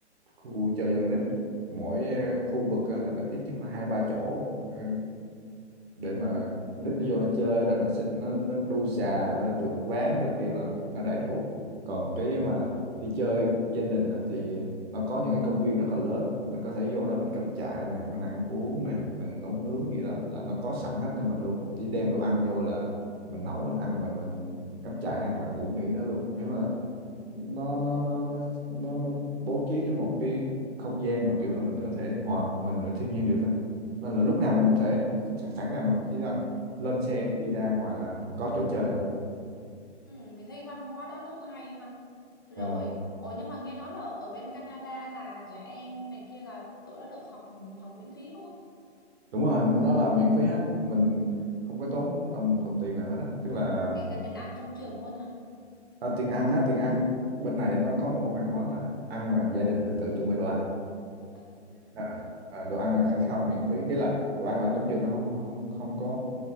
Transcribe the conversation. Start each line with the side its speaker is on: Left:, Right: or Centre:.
Right: khu chơi dân nít mỗi ờ, khu vực á là nó ít nhất là hai ba chỗ Ừ, để mà nít nó vô nó chơi rồi nó sẽ- nó nó đu xà nó trượt ván rồi kia là, là đầy đủ còn cái mà đi chơi gia đình á, thì nó có những cái công viên rất là lớn mình có thể vô đó mình cắm trại này mình ăn uống này mình nấu nướng gì đó là nó có sẵn hết cho mình luôn mình chỉ đem đồ ăn vô là mình nấu mình ăn mình mình cắm trại hoặc là ngủ nghỉ đó luôn thế là nó nó nó nó nó nó bố trí cho một cái không gian mà kiểu là mình có thể hòa mình với thiên nhiên được á nên là lúc nào
Left: Ờ,
Right: mình có thể sẵn sẵn sàng mình chỉ cần lên xe đi ra ngoài là có chỗ chơi thôi
Left: ừ, mình thấy văn hóa đó nó cũng hay ha. Rồi,
Right: ờ
Left: ồ nhưng mà nghe nói là ở bên Canada là trẻ em này kia là tụi nó được học học miễn phí đúng không?
Right: đúng rồi nó là miễn phí hết mình không có tốn đồng đồng tiền nào hết á tức là
Left: Kể cả tiền ăn trong trường luôn hả?
Right: à, tiền ăn á tiền ăn bên này nó có một cái văn hóa là ăn là gia đình phải tự chuẩn bị đồ ăn
Left: Ừ.
Right: à, à, đồ ăn là khai- không miễn phí cái là đồ ăn là trong trường nó không không không có